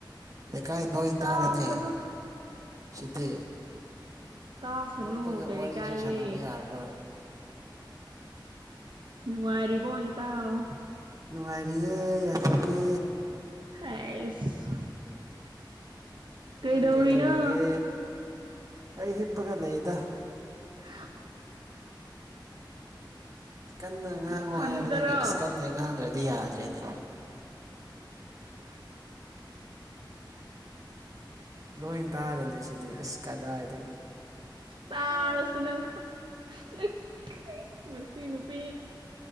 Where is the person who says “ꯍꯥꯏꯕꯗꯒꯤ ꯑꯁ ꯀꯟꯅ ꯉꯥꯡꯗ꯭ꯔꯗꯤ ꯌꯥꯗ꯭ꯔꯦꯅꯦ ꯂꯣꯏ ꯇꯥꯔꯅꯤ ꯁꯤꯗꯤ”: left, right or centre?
Right